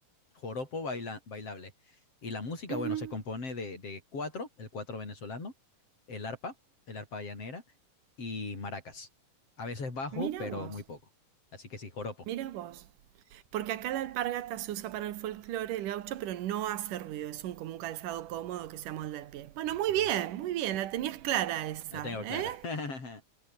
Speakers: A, on the left; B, on the right.
A: joropo baila, bailable. Y la música,
B: ujú.
A: bueno, se compone de, de cuatro, el cuatro venezolano, el arpa, el arpa llanera y maracas. A veces bajo,
B: Mira
A: pero
B: vos.
A: muy poco. Así que sí, joropo,
B: Mira vos. Porque acá la alpargata se usa para el folclore del gaucho, pero no hace ruido. Es un, como un calzado cómodo que se amolda al pie. Bueno, muy
A: ya,
B: bien, muy bien. La tenías clara esa,
A: la tengo clara.
B: ¿eh?
A: <laughs>